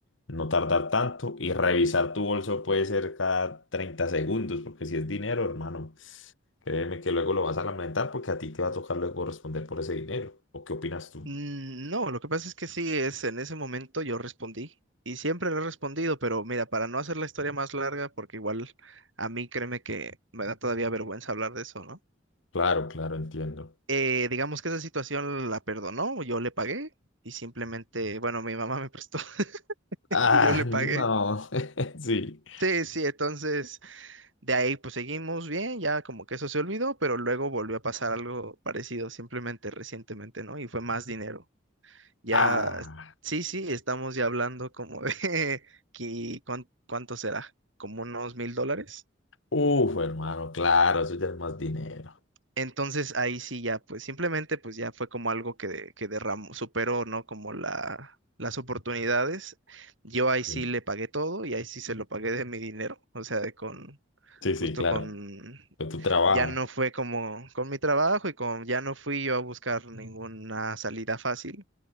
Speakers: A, on the left; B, on the right.
A: no tardar tanto y revisar tu bolso puede ser cada 30 segundos, porque si es dinero, hermano, créeme que luego lo vas a lamentar porque a ti te va a tocar luego responder por ese dinero. ¿O qué opinas tú?
B: Mm, No, lo que pasa es que sí, es en ese momento yo respondí y siempre le he respondido, pero mira, para no hacer la historia más larga, porque igual a mí créeme que me da todavía vergüenza hablar de eso, ¿no?
A: Claro, claro, entiendo.
B: Eh, digamos que esa situación la perdonó, yo le pagué y simplemente, bueno, mi mamá me prestó <laughs>
A: Ah,
B: y yo le pagué.
A: no, <laughs> sí.
B: Sí, sí, entonces de ahí pues seguimos bien, ya como que eso se olvidó, pero luego volvió a pasar algo parecido simplemente recientemente, ¿no? Y fue más dinero. Ya,
A: Ah,
B: sí, sí, estamos ya hablando como de <laughs> que, ¿cuán- ¿cuánto será? Como unos mil dólares.
A: uf, hermano, claro, eso ya es más dinero.
B: Entonces ahí sí ya, pues simplemente pues ya fue como algo que, de- que derramó, superó, ¿no? Como la, las oportunidades. Yo ahí sí
A: Sí,
B: le pagué todo y ahí sí se lo pagué de mi dinero, o sea, de con,
A: sí,
B: justo
A: sí, claro.
B: con,
A: Con tu trabajo.
B: ya no fue como con mi trabajo y con, ya no fui yo a buscar ninguna salida fácil.